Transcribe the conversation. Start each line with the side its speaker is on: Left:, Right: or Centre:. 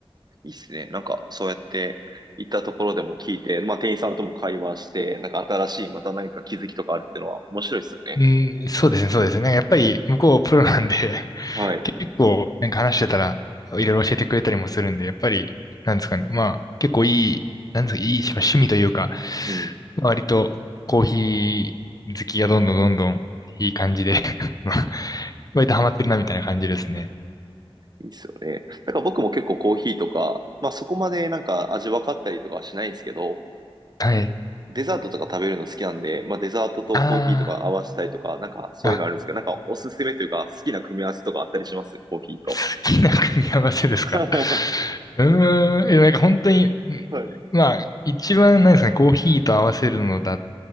Right: いいっすね。なんかそうやって行ったところでも聞いて、まあ店員さんとも会話して、なんか新しいまた何か気づきとかあるってのは面白いっすよね。
Left: うん、そうですね、そうですね。なんかやっぱり向こうプロなんで、
Right: うん。はい。
Left: <laughs> 結構なんか話してたら、いろいろ教えてくれたりもするんで、やっぱり、なんですかね、まあ、結構いい、なんですか、いい趣趣味というか、
Right: うん。
Left: 割とコーヒー好きがどんどんどんどんいい感じで <laughs> 割とハマってるなみたいな感じですね。
Right: いいっすよね。なんか僕も結構コーヒーとか、まあそこまでなんか味分かったりとかはしないんですけど、
Left: はい。
Right: デザートとか食べるの好きなんで、まあ、デザートとコーヒーとか合わせたいとか、
Left: あ
Right: なんかそういうのあるんですけど、
Left: あ、あ、
Right: なんかおすすめというか、好きな組み合わせとかあったりしますコーヒーと。
Left: 好きな組み合わせですか。
Right: <laughs> は
Left: うーん、え、なんか本当に、ん
Right: い、
Left: まあ、一番なんですかね、コーヒーと合わせるのだっ